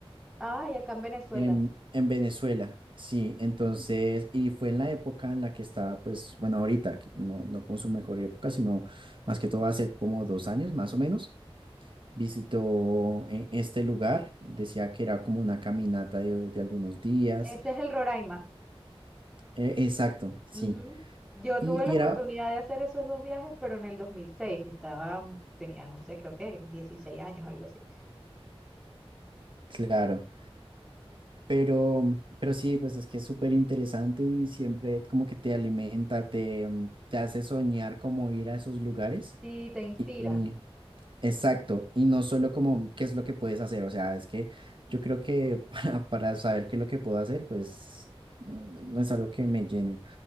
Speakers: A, in the centre; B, on the right.
A: Ay, acá en Venezuela.
B: en, en Venezuela. Sí, entonces, y fue en la época en la que estaba, pues, bueno, ahorita, que no, no con su mejor época, sino más que todo hace como dos años más o menos visitó eh, este lugar. Decía que era como una caminata de, de algunos días.
A: Ese es el Roraima.
B: Eh, exacto, sí.
A: Ujú. Yo
B: Y,
A: tuve la
B: y
A: oportunidad
B: era,
A: de hacer esos dos viajes, pero en el 2006 y estaba, tenía, no sé, creo que 16 años, algo así.
B: claro, pero, pero sí, pues es que es súper interesante y siempre como que te alimenta, te, mm, te hace soñar como ir a esos lugares.
A: Sí, te inspira.
B: Y, exacto, y no solo como qué es lo que puedes hacer, o sea, es que yo creo que <laughs> para, para saber qué es lo que puedo hacer, pues mm, no es algo que me llene.